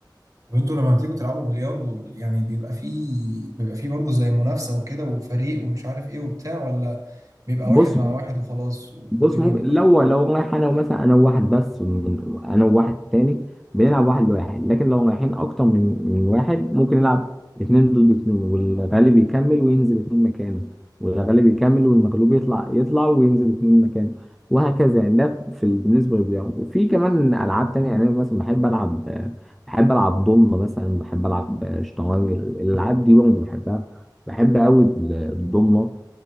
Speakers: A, on the right (about 45°); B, in the centre.
A: طب انتوا لما بتيجوا تلعبوا بلياردو يعني بيبقى فيه بيبقى فيه برضه زي منافسة وكده وفريق ومش عارف ايه وبتاع ولا بيبقى
B: بص
A: واحد مع واحد وخلاص والدنيا
B: بص ممكن لو لو رايح انا ومثلا انا وواحد بس ومن- انا وواحد تاني بنلعب واحد لواحد لكن لو رايحين اكتر من من واحد ممكن نلعب اتنين ضد اتنين والغالب يكمل وينزل اتنين مكانه والغالب يكمل والمغلوب يطلع يطلع وينزل اتنين مكانه وهكذا يعني ده في ال- بالنسبة للبيانو وفي كمان ألعاب تانية يعني أنا مثلا بحب ألعب آه، بحب ألعب ضمنة مثلا بحب ألعب آه، شطرنج الألعاب دي برضه بحبها بحب أوي الضمنة